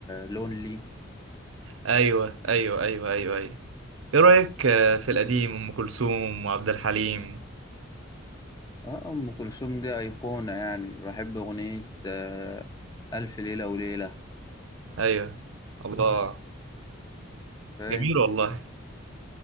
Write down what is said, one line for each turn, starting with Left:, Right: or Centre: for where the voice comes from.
Left: لونلي
Right: ايوه ايوه ايوه ايوه ايوه ايه رأيك آه، في القديم ام كلثوم وعبد الحليم
Left: اه أم كلثوم دي أيقونة يعني بحب أغنية آه، ألف ليلة وليلة
Right: ايوه الله
Left: فاهم
Right: جميل والله